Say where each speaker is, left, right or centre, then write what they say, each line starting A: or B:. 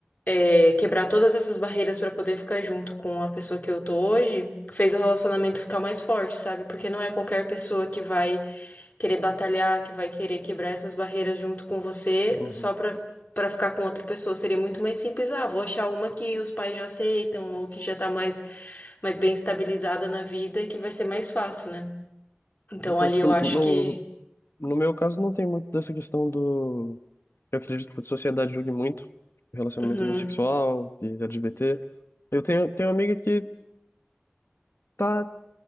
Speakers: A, on the left; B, on the left.
A: é, quebrar todas essas barreiras pra poder ficar junto com a pessoa que eu tô hoje, fez o relacionamento ficar mais forte, sabe? Porque não é qualquer pessoa que vai querer batalhar, que vai querer quebrar essas barreiras junto com você
B: uhum.
A: só pra, pra ficar com outra pessoa. Seria muito mais simples, ah, vou achar uma que os pais já aceitam ou que já tá mais, mais bem estabilizada na vida, que vai ser mais fácil, né? Então
B: Então,
A: ali
B: tipo,
A: eu
B: no,
A: acho que.
B: no meu caso, não tem muito dessa questão do... Eu acredito que a sociedade julgue muito relacionamento
A: Uhum,
B: homossexual e LGBT. Eu tenho, tenho uma amiga que tá